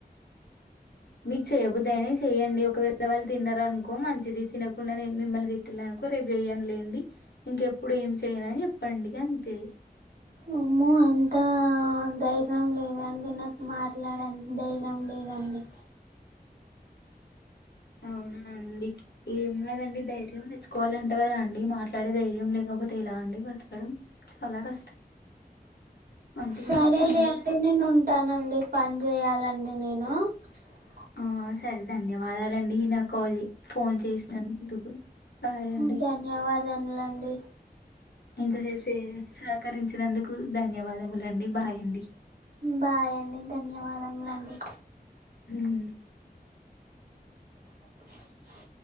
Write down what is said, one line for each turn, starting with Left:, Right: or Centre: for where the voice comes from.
Left: మీకు చేయ్యబుద్దుయినే చెయ్యండి ఒకవేళ వాళ్ళు తిన్న అనుకో మంచిది తినకుండా నేను మిమ్మల్ని తిట్టాల ఇంక రేపు చెయ్యనులేండి ఇంకెప్పుడు ఏం చెయను అని చెప్పండి అంతే
Right: అమ్మో అంత ధైర్యం లేదండి నాకు మాట్లాడేంత ధైర్యం లేదు లేదండి
Left: అవునా అండి ఏం కాదండి ధైర్యం తెచ్చుకోవాలంట కదాండి మాట్లాడే ధైర్యం లేక పో తే ఎలా అండి బ్రతకడం చాలా కష్టం అంటున్నారండి
Right: సరేలే
Left: అందరూ.
Right: అండి నేను ఉంటానండి పని చేయాలండి నే ఆ
Left: ఆ సరే ధన్యవాదాలండి నాకు కాల్ ఫోన్ చేసినందుకు బాయ్ అండి.
Right: ఆ ధన్యవాదములండి
Left: ఇంత చేేసే సహకరించినందుకు ధన్యవాదములండి బాయ్ అండి
Right: బాయ్ అండి ధన్యవాదములండి
Left: మ్
Right: <inaudible>